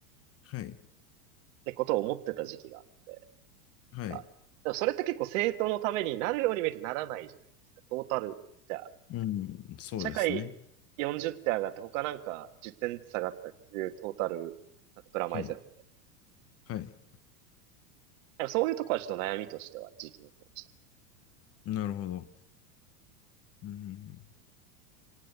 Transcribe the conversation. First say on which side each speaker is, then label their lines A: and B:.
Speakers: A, on the left (about 30°); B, on the right (about 55°).
A: はい。
B: てことを思ってた時期があって、
A: はい。
B: あでもそれって結構政党のためになるように見えてならないじゃないですか、トータル。じゃあ、
A: うん、そうですね。
B: 社会40点上がって他なんか10点ずつ下がったら結局トータル、なんかプラマイゼロみたいな。
A: はい。はい。
B: なんかそういうとこはちょっと悩みとしては時期持ってました。
A: なるほど。うん。